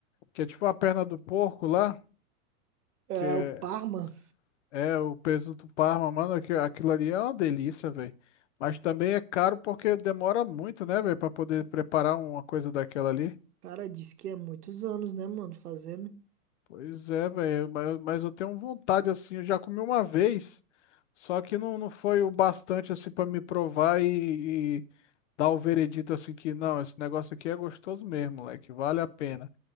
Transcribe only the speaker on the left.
que é tipo a perna do porco lá.
Que é,
É, o presunto Parma, mano, aqui- aquilo ali é uma delícia, velho. Mas também é caro porque demora muito, né, velho, pra poder preparar uma coisa daquela ali.
Pois é, velho, mas, mas eu tenho vontade, assim, eu já comi uma vez, só que não, não foi o bastante, assim, pra me provar e, e dar o veredito, assim, que não, esse negócio aqui é gostoso mesmo, moleque, vale a pena.